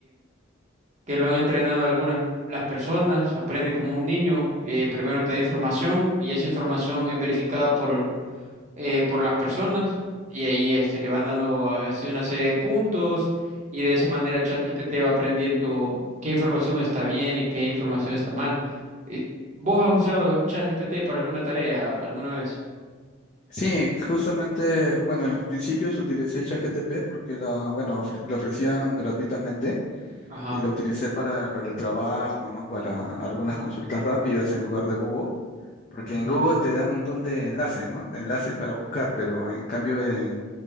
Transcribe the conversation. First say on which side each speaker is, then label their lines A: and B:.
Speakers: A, on the right; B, on the left.
A: que lo han entrenado algunas las personas, aprende como un niño, eh, primero te da información y esa información es verificada por, eh, por las personas y ahí este, le van dando así una serie de puntos y de esa manera ChatGPT va aprendiendo qué información está bien y qué información está mal. Eh, ¿Vos has usado ChatGPT para alguna tarea alguna vez?
B: Sí, justamente, bueno, en los principios utilicé ChatGPT porque la, bueno, ofre- lo ofrecían gratuitamente
A: Ajá.
B: y lo utilicé para, para el trabajo, ¿no? Para algunas consultas rápidas en lugar de Google. Porque
A: ujú.
B: en Google te da un montón de enlaces, ¿no? Enlaces para buscar, pero en cambio en